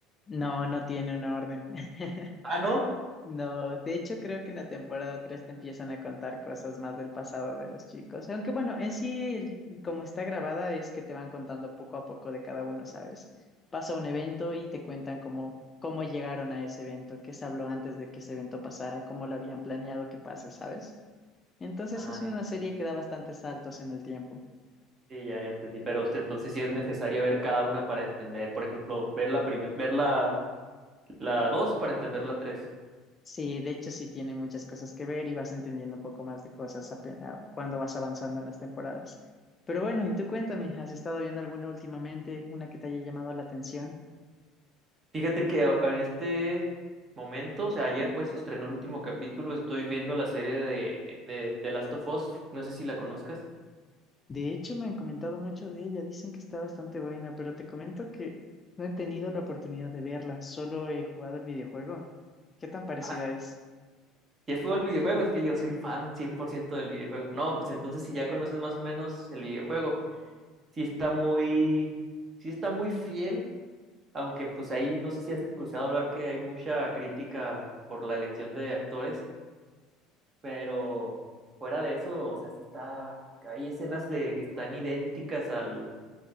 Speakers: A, on the left; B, on the right.
A: No, no tiene una orden. <laughs>
B: Ah, ¿no?
A: No, de hecho creo que en la temporada 3 te empiezan a contar cosas más del pasado de los chicos. Aunque bueno, en sí, el- como está grabada, es que te van contando poco a poco de cada uno, ¿sabes? Pasa un evento y te cuentan cómo, cómo llegaron a ese evento, qué se habló antes de que ese evento pasara, cómo lo habían planeado que pase, ¿sabes? Entonces
B: Ah,
A: es una serie que da bastantes saltos en el tiempo.
B: Sí, ya, ya entendí, pero este, entonces sí es necesario ver cada una para entender, por ejemplo, ver la primer- ver la, la dos para entender la tres.
A: Sí, de hecho sí tiene muchas cosas que ver y vas entendiendo un poco más de cosas ape- a- cuando vas avanzando en las temporadas. Pero bueno, y tú cuéntame, ¿has estado viendo alguna últimamente, una que te haya llamado la atención?
B: Fíjate que a- en este momento, o sea, ayer pues se estrenó el último capítulo, estoy viendo la serie de, de, de Last of Us, no sé si la conozcas.
A: De hecho, me han comentado mucho de ella, dicen que está bastante buena, pero te comento que no he tenido la oportunidad de verla, solo he jugado el videojuego. ¿Qué tan parecida
B: Ah,
A: es?
B: ya fue el videojuego, es que yo soy fan 100% del videojuego. No, pues entonces si ya conoces más o menos el videojuego, sí está muy, sí está muy fiel Aunque pues ahí no sé si has escuchado hablar que hay mucha crítica por la elección de actores, pero fuera de eso, o sea, sí está, hay escenas de que están idénticas al,